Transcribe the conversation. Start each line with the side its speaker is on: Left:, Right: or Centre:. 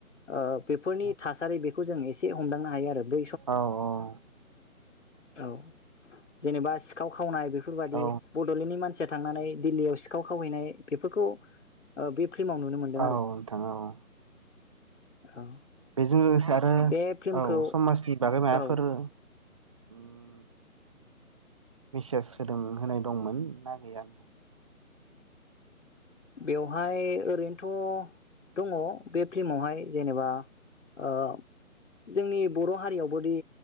Left: आ। बेफोरनि थासारि बेखौ जों एसे हमदांनो हायो आरो बे।
Right: औ औ।
Left: औ जेनेबा सिखाव खावनाय बे। बेफोरबादि
Right: औ
Left: बड'लेण्डनि मानसि। थांनानै दिल्लीयाव सिखाव खावहैनाय बेफोरखौ ओ। फिल्माव नुनो मोनदों
Right: औ
Left: आरो
Right: नोंथाङो औ।
Left: औ
Right: बेजों लोगोसे आरो
Left: बे फिल्मखौ
Right: औ समाजनि। बे मफोर
Left: औ
Right: <unintelligible> <inaudible> मेसेज होदों होनाय दंमोन ना गैया।
Left: बेवहाय ओरैनोथ' दङ बे फिल्मावहाय जेनेबा ओ जोंनि बर' हारियावबोदि